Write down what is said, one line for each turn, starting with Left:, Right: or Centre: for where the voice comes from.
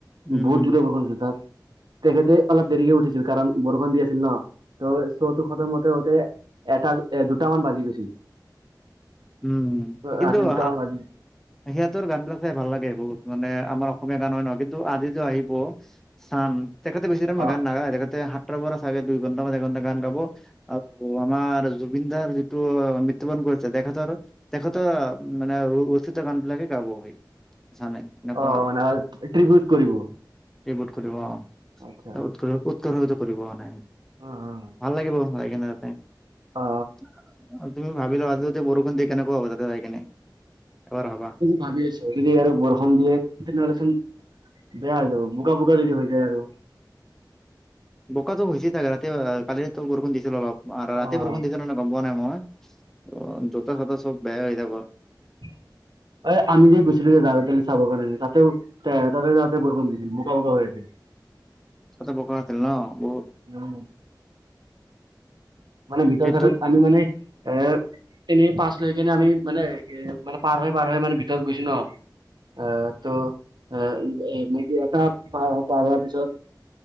Centre: উম,
Right: বহুত জোৰে বৰষুণ দিছিল তাত তেখেতে অলপ দেৰিকে উঠিছিল কাৰণ বৰষুণ দি আছিল ন। ত' শ্ব'টো খতম হওঁতে হওঁতে এটা এ দুটামান বাজি গৈছিল।
Centre: উম' কিন্তু
Right: ৰাতি দুটামান
Centre: আ-
Right: বাজি
Centre: তেখেতৰ গান বিলাক চাই ভাল লাগে বহুত মানে আমাৰ অসমীয়া গান হয় নহয় কিন্তু আজিতো আহিব- চান তেখেতে বেছি টাইম
Right: অ
Centre: গান নাগায় তেখতে সাতটাৰ পৰা চাগে দুই ঘণ্টা বা একঘণ্টা গান গাব- আকৌ আমাৰ জুবিন দাৰ যিটো মৃত্যুবৰণ কৰিছে দেখাত- তৰ তেখেত মানে উস্থিত গান বিলাকে গাবহি জানে। এনেকুৱা
Right: অ অ,
Centre: আৰু
Right: মানে আৰত ট্ৰিবিউট কৰিব।
Centre: এইবোধ কৰিব অঁহ
Right: আচ্ছা
Centre: উৎ উৎকৰ্ষতো কৰিব মানে,
Right: অ অ
Centre: ভাল লাগিব। লৈ কিনে তাতে,
Right: অ
Centre: তুমি ভাবিলোৱা য'ত - বৰুষণ দি কেনেকৈ হব তাতে আই কিনে? এবাৰ ভাবা।
Right: ভাবি আছো যদি আৰু বৰষণ দিয়ে তেনেহ'লেচোন- বেয়া হৈ যাব, বোকা, বোকা যদি হৈ যায় আৰু
Centre: বোকাতটো হৈছে থাকে ৰাতি আ, কালি ৰাতিটো বৰষুণ দিছিল অলপ আ,
Right: অ
Centre: ৰাতি বৰ শুন দিছে নাই গম পোৱা নাই মই, অ', জোতা চোতা চব বেয়া হৈ যাব।
Right: <unintelligible> এই আমি যে গৈছিলো, যে জাৰৰ কালি চাবৰ কাৰণে তাতেও এ, তাতে যাওঁতেও বৰষুণ দিছিল বোকা বোকা হৈ আছিল। <inaudible>
Centre: তাতে বোকা হৈছিল ন, বহুত।
Right: উম। মানে ভিতৰত
Centre: সেইটো
Right: চাইডত, আমি মানে এ, এনেই পাচ লৈ কেনে আমি মানে এ মানে পাৰ হৈ, পাৰ হৈ, মানে ভিতৰত গৈছো ন অ', ত' এ, <unintelligible> মেকি এটা পাৰ, পাৰ হোৱাৰ পিছত